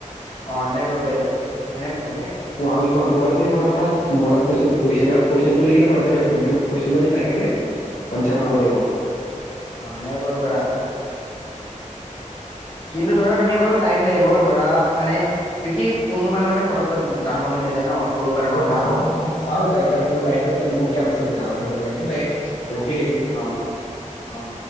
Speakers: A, on the left; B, on the left.
A: অঁ সেনেকে কৰিব পাৰি।
B: মানে মোবাইলত <unintelligible> কৈছে না। কুৱেশনটো লিখিলে <unintelligible> মানে কুৱেশনটো আমি চাই কেনে আনচাৰটো
A: আহ
B: দিব
A: আহ
B: লাগিব
A: সেনেকে কৰিব পাৰা কিন্তু ধৰা তুমি অকল টাইম লাগিব ধৰা মানে কি কি কোনো মানে মানে ফটক ডাঙৰ হৈ নাযায় ন সৰুৰ পৰা
B: একো
A: হয়
B: ডাঙৰ
A: মানুহ
B: হ'ব বিচাৰো নাই এতিয়া মোৰ লাইত এ বহুত টাইম আছে এ ডাঙৰ কন থেই ৰখি থাকিম
A: অ অ